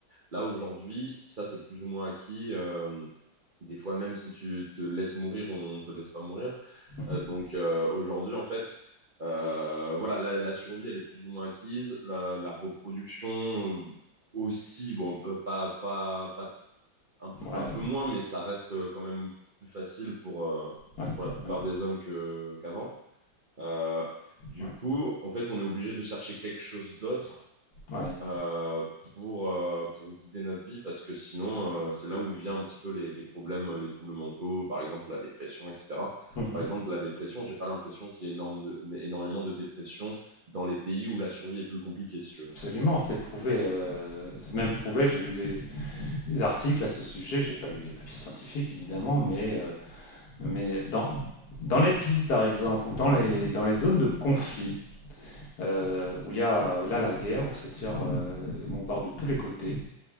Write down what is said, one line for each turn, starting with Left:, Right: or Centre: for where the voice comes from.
Right: Là, aujourd'hui, ça, c'est plus ou moins acquis. euh, des fois, même si tu te laisses mourir, on te laisse pas mourir.
Left: mhm.
Right: Euh, donc euh, aujourd'hui, en fait, euh, voilà, la, la, survie, elle est plus ou moins acquise. La, la reproduction aussi, bon, on peut pas, pas, pas un peu,
Left: Ouais,
Right: un peu
Left: c-
Right: moins, mais ça reste euh, quand même plus facile pour, euh,
Left: ouais,
Right: pour la plupart
Left: ouais,
Right: des hommes que, qu'avant. Euh, du
Left: ouais,
Right: coup, en fait, on est obligé de chercher quelque chose d'autre
Left: ouais,
Right: euh, pour, euh, pour guider notre vie, parce que sinon, euh, c'est là où vient un petit peu les, les problèmes, euh, les troubles mentaux, par exemple la dépression, etc.
Left: mhm.
Right: Par exemple, la dépression, j'ai pas l'impression qu'il y ait énorme de, mais énormément de dépression dans les pays où la survie est plus compliquée, si tu veux.
Left: Absolument, c'est prouvé. euh, c'est même prouvé. J'ai vu des, des articles à ce sujet. J'ai pas lu les papiers scientifiques, évidemment, mais Mais dans, dans les pays, par exemple, ou dans les, dans les zones de conflit, euh, où il y a où là, la guerre, où ça tire euh, et bombarde de tous les côtés,